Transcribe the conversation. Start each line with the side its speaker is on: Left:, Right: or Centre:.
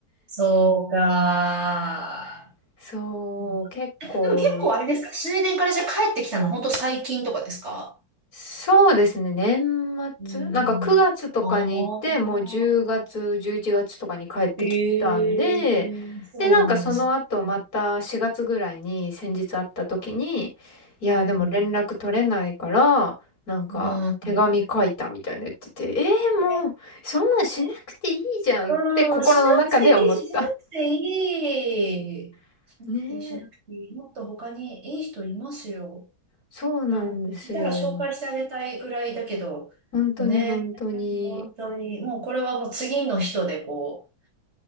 Right: そうか。
Left: <laughs> そう、
Right: うん
Left: 結構、
Right: でも結構あれですかスウェーデンからじゃあ帰ってきたの本当最近とかですか
Left: そうですね。年末なんか9月とかに行って、
Right: うん。
Left: もう10月、
Right: ああ
Left: 11月とかに帰ってきたんで、
Right: ええー、そうなんです。
Left: で、なんかその後また4月ぐらいに先日会った時に、
Right: う
Left: いや、
Right: ん。
Left: でも連絡取れないから、なんか手紙書いたみたいな言ってて、
Right: うん。
Left: えー、
Right: え
Left: もうそんなんしなくていいじゃんって心の中で思った。
Right: えうん、しなくていい、しなくていい。
Left: <laughs>
Right: しなくていい、
Left: ねえ、
Right: しなくていい。もっと他にいい人いますよ。
Left: そうなんですよ。
Right: でも、いたら紹介してあげたいぐらいだけど、
Left: 本当に本当に。
Right: ね、本当に、もうこれはもう次の人でこう、